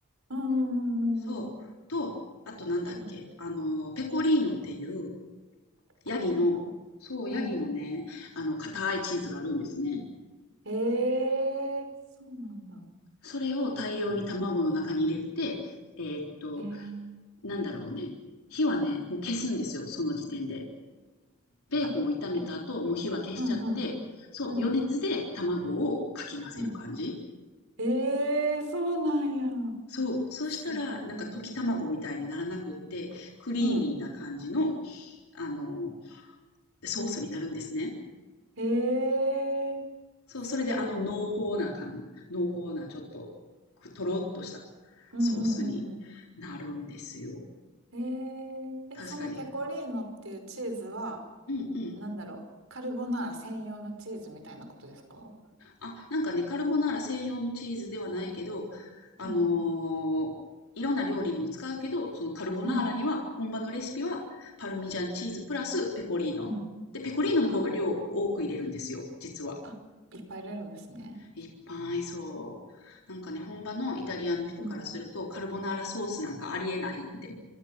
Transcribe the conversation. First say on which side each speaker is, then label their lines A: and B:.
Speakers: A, on the right; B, on the left.
A: うんうんうんうんうん。
B: そう。と、あとなんだっけ、
A: うん
B: あの、ペコリーノっていう
A: ペコリーノ
B: ヤギの、そう、ヤギのね、
A: うん。
B: あの、硬いチーズがあるんですね。
A: えー、そうなんだ。
B: それを大量に卵の中に入れて、
A: うん
B: えーっと、
A: えー
B: なんだろうね、火はね、もう消すんですよ、その時点で。ベーコンを炒めた後、
A: あ、え、
B: もう火は消しちゃって、
A: うんうん。
B: そう、
A: うん。
B: 余熱で卵をかき混ぜる感じ。
A: うん。ええー、そうなんや。
B: そう、そしたら、
A: すごい。
B: なんか溶き卵みたいにならなくって、クリーミーな感じの、
A: うん。
B: あの、ソースになるんですね。
A: ええー、
B: そう、
A: すごい。
B: それであの濃厚な感濃厚なちょっと、とろっとした
A: うんうんうんうんえーそうなんやすごいうんええーすごいうんうんうんうん
B: ソースになるんですよ。
A: えー、え、
B: 確かに。
A: そのペコリーノっていうチーズは、
B: うんうん。
A: なんだろう、カルボナーラ専用のチーズみたいなことですか
B: あ、なんかね、カルボナーラ専用のチーズではないけど、あのーいろんな料理にも使うけど、
A: うん、
B: そのカルボナーラには、
A: うん、
B: 本場のレシピは、パルミジャンチーズプラスペコリーノ。
A: うん。
B: で、ペコリーノの方が量多く入れるんですよ、
A: あー、
B: 実は。
A: あ、いっぱい入れるんですね。
B: いっぱいそう。なんかね、本場のイタリアの人からすると、
A: うん。
B: カルボナーラソースなんかありえないって